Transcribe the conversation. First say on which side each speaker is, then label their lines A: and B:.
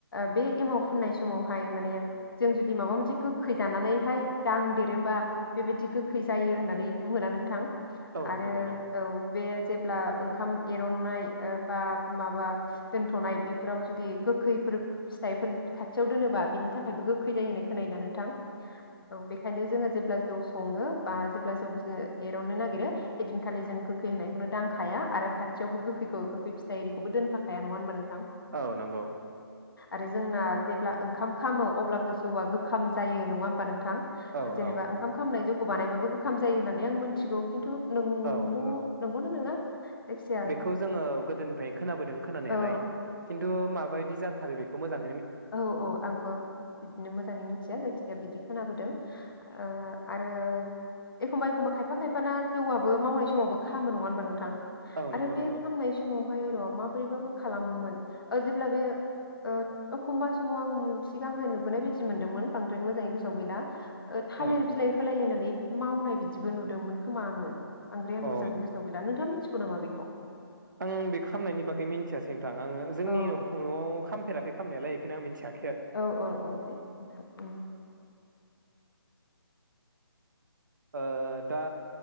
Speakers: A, on the left; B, on the right.
A: बे एमाव फुननाय समावहाय माने जों जुदि माबा मोनसे गोखै जानानैहाय दांदेरोबा बेबायदि गोखै जायो होननानै बुङोना नोंथां? आरो
B: औ नंगौ नंगौ
A: औ बे जेब्ला ओंखाम एर रननाय ओ बा माबा दोन्थ'नाय बेफोराव जुदि गोखैफोर फिथाइफोर खाथियाव दोनोबा बिनि थाखायबो गोखै जायो होननाय खोनायो ना नों थां औ बेखायनो जोङो जेब्ला जौ सङो बा जेब्ला जौ जो एरननो नागिरो बेदिनखालि जों गोखै होनायखौनो दांखाया आरो खाथि थियावबो गोखैखौ गोखै फिथाइखौबो दोनफाखाया नङा होनबा नों
B: औ नंगौ
A: आरो जोंना जेब्ला ओंखाम खामो अब्लाबो जौआ गोखाम जायो नङा होमबा नोंथां
B: औ
A: जेनेबा
B: औ
A: ओंखाम खामनाय जौखौ बानायबाबो ओंखाम जायो होननानै आं मिथिगौ खिन्थु नोंगौ
B: औ नंगौ
A: नंगौना नङा जायखिजाया
B: बेखौ जोङो गोदोनिफ्रायनो खोनाबोदों खोनानायालाय
A: औ
B: खिन्थु माबायदि जा थारो बेखौ मोजां
A: औ-औ आंबो बिदिनो मोजाङै मिथिया जायखिजाया बिदि खोनाबोदों ओ आरो एखमबा-एखमबा खायफा-खायफाना जौआबो मावनाय समावबो खामो नङा होनबा नोंथां
B: औ नंगौ
A: आरो बे
B: नंगौ
A: खामनाय समावहाय र' माब्रैबाबो खालामोमोन ओ जेब्ला बे ओ एखमबा समाव आं सिगांहाय नुबोनाय बायदि मोनदोंमोन बांद्राय मोजाङै गोसोआव गैला ओ थालिर
B: औ
A: बिलाइ होलाय लायनानै मावनाय बिदिबो नुदोंमोन खोमा आङो बांद्राय आं
B: अ
A: मोजां गोसोआव गैला नथां मिथि बिखौ नामा बिखौ
B: आं बे खामनायनि बागै मिनथियासै थाङ आङो जोंनि
A: औ
B: नखरआव खामफेराखै खाम‌ नायालाय बेखौनो मिथियाखै
A: औ-औ-औ दे नोंथां उम
B: ओ दा